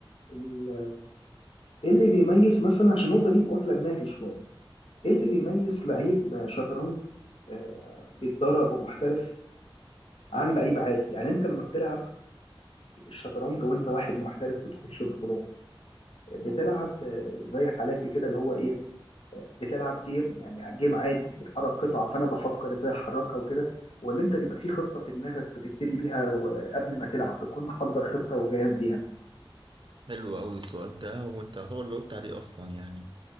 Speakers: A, on the left; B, on the right.
A: ال- ايه اللي بيميز مثلا عشان النقطه دي واكله دماغي شويه ايه اللي بيميز لعيب شطرنج آه، بيتدرب ومحترف عن لعيب عادي يعني انت لما بتلعب الشطرنج وانت واحد محترف بتخش البطولات بتلعب آه، زي حالاتي كده اللي هو ايه بتلعب جيم يعني جيم عادي بتحرك قطع فانا بفكر ازاي احركها وكده ولا انت بيبقى في خطه في دماغك بتبتدي بيها وقبل ما تلعب بتكون محضر خطه وجاهز بيها
B: حلو قوي السؤال ده وانت يعتبر جاوبت عليه اصلا يعني